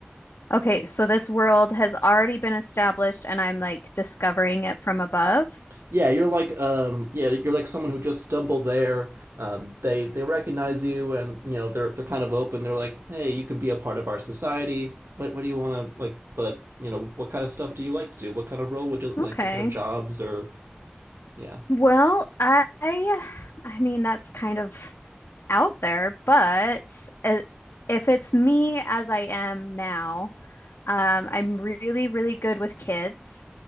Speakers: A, on the left; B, on the right.
A: Okay, so this world has already been established and I'm like discovering it from above.
B: Yeah, you're like um yeah, you're like someone who just stumbled there. Um, they they recognize you and you know they're they're kind of open. They're like, "Hey, you can be a part of our society. What what do you want to like but, you know, what kind of stuff do you like to do? What kind of role would you
A: Okay.
B: like what kind of jobs or yeah.
A: Well, I I mean that's kind of out there, but uh, if it's me as I am now, Um, I'm really, really good with kids